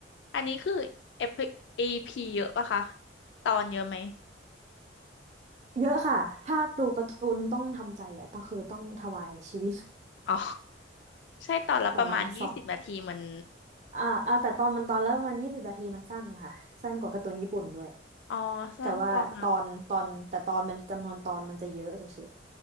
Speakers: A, on the left (about 65°); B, on the right (about 40°).
A: อันนี้คือเอพีเยอะปะคะตอนเยอะไหม
B: เยอะค่ะถ้าดูการ์ตูนต้องทำใจอ่ะต้องคือต้องถวายชีวิต
A: อ๋อใช่ตอนละประมาณยี่สิบนาทีเหมือน
B: <laughs> แต่ว่าสองอ่าอ่าแต่ตอนมันตอนแล้วประมาณยี่สิบนาทีมันสั้นค่ะสั้นกว่าการ์ตูนญี่ปุ่นด้วย
A: อ๋อสั้นกว่า
B: แต่ว่าตอนตอนแต่ตอนมันจำนวนตอนมันจะเยอะเฉย